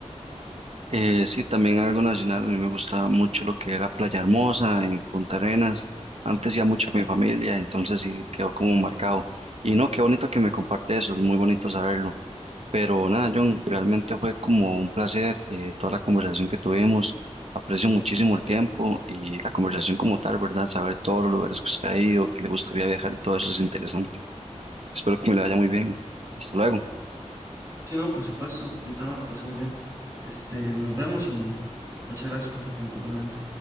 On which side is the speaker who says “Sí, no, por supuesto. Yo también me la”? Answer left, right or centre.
Right